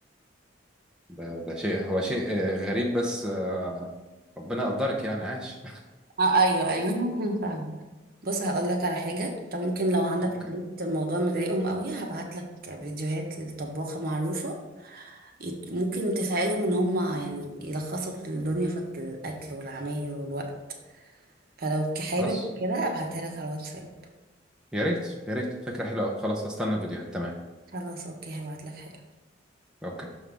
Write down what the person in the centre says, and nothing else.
ده, ده شيء هو شيء آه، غريب بس آه، ربنا يقدرك يعني عاش
<laughs> أوكي
خلاص
يا ريت يا ريت فكرة حلوة أوي خلاص هستنى الفيديوهات تمام
أوكي